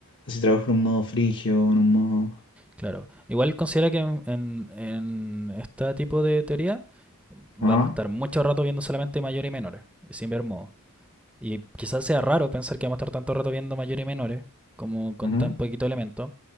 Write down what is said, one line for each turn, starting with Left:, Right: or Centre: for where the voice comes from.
Left: si trabajo en un modo frigio, en un modo...
Centre: Claro. Igual considera que en, en- en este tipo de teoría vamos
Left: Ajá,
Centre: a estar mucho rato viendo solamente mayores y menores, y sin ver modo. Y quizás sea raro pensar que vamos a estar tanto rato viendo mayores y menores, como con
Left: ajá.
Centre: tan poquito elemento,